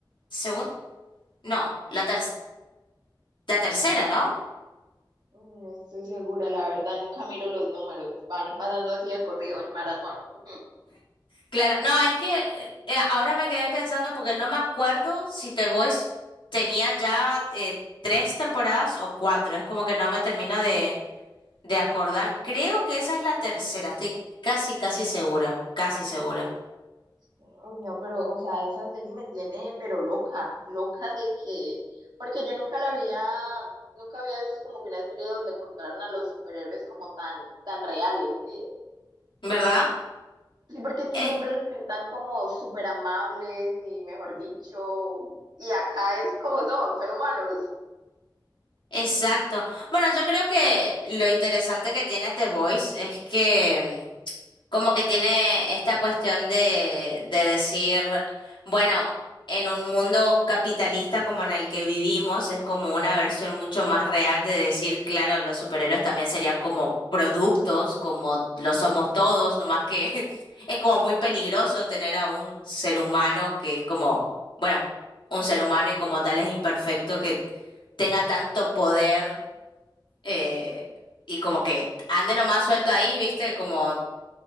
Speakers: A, on the left; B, on the right.
A: segun- no, la ter- la tercera, ¿no?
B: No estoy segura, la verdad, nunca miro los números, van pasando así de corrido en maratón. <laughs>
A: Claro, no, es que eh, ahora me quedé pensando porque no me acuerdo si The Voice tenía ya eh, tres temporadas o cuatro, es como que no me termino de, de acordar. Creo que esa es la tercera, estoy casi, casi segura, casi segura,
B: Uy, no, pero, o sea, esa serie me tiene, pero loca, loca de que, porque yo nunca la había, nunca había visto como que una serie donde contaran a los superhéroes como tan, tan reales, ¿sí?
A: ¿verdad?
B: Sí, porque es que
A: Es-
B: siempre los pintan como súper amables y mejor dicho, y acá es como son, son humanos.
A: exacto. Bueno, yo creo que lo interesante que tiene The Voice es que... Como que tiene esta cuestión de, de decir, bueno, en un mundo capitalista como en el que vivimos, es como una versión mucho más real de decir, claro, los superhéroes también serían como productos, como lo somos
B: Mm,
A: todos, nomás que <laughs> es como muy peligroso tener a un ser humano que es como, bueno, un ser humano y como tal es imperfecto, que tenga tanto poder eh, y como que ande nomás suelto ahí, ¿viste? Como